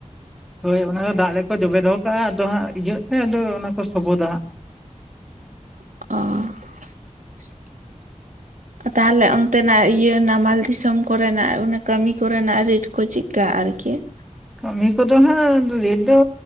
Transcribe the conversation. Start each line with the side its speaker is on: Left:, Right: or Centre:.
Centre: ᱦᱳᱭ ᱚᱱᱟ ᱫᱚ ᱫᱟᱜ ᱨᱮᱠᱚ ᱡᱚᱵᱮ ᱫᱚᱦᱚ ᱠᱟᱜᱼᱟ ᱟᱫᱚ ᱦᱟᱸᱜ ᱤᱭᱟᱹᱜ ᱛᱮ ᱟᱫᱚ ᱚᱱᱟ ᱠᱚ ᱥᱚᱵᱚᱫᱟ ᱦᱟᱸᱜ
Right: ᱚᱻ ᱾
Centre: <inaudible>
Right: ᱛᱟᱦᱚᱞᱮ ᱚᱱᱛᱮᱱᱟᱜ ᱤᱭᱟᱹ ᱱᱟᱢᱟᱞ ᱫᱤᱥᱚᱢ ᱠᱚᱨᱮᱱᱟᱜ ᱚᱱᱟ ᱠᱟᱹᱢᱤ ᱠᱚᱨᱮᱱᱟᱜ ᱨᱮᱴ ᱠᱚ ᱪᱮᱫ ᱴᱠᱟ <inaudible> ᱟᱨᱠᱤ ᱾
Centre: ᱠᱟᱹᱢᱤ ᱠᱚᱫᱚ ᱦᱟᱸᱜ ᱨᱮᱹᱴ ᱫᱚ